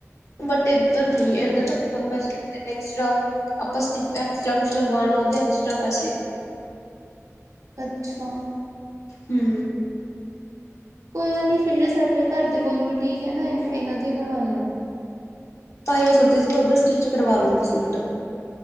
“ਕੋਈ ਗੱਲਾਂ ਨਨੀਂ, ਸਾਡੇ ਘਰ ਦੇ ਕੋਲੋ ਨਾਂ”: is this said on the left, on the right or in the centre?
Right